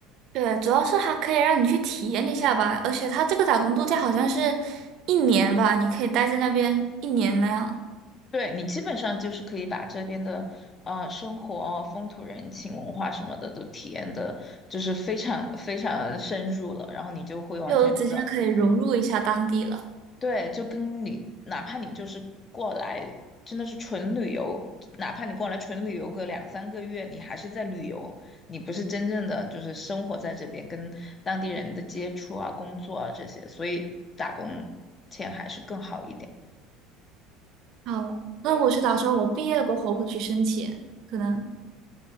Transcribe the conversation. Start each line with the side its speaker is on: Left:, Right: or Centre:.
Right: 对，主要是它可以让你去体验一下吧，而且它这个打工度假好像是一年吧，你可以待在那边一年那样，
Left: 对你基本上就是可以把这边的呃生活啊、风土人情、文化什么的都体验的，就是非常非常深入了，然后你就会完全知道自己。
Right: 就直接可以融入一下当地了。
Left: 对，就跟你哪怕你就是过来真的是纯旅游，哪怕你过来纯旅游个两三个月，你还是在旅游，你不是真正的就是生活在这边，跟当地人的接触啊、工作啊这些，所以打工钱还是更好一点。
Right: 好，那我是打算我毕业过后会去申请，可能。